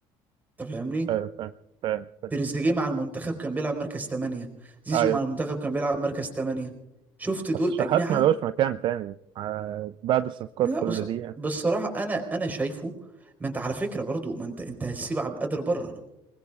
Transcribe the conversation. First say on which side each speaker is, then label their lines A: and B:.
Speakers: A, on the right (about 15°); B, on the right (about 50°).
A: انت فاهمني
B: آه، ف... ف... ف...
A: تريزيجيه مع المنتخب كان بيلعب مركز تمانية زيزو
B: ايوه
A: مع المنتخب كان بيلعب مركز تمانية شفت دول
B: بس شحات
A: أجنحة
B: ما لهوش مكان تاني آه، بعد الصفقات
A: لا
B: كل
A: بس
B: دي يعني
A: بالصراحة أنا أنا شايفه ما أنت على فكرة برضو ما أنت أنت هتسيب عبد القادر بره عبد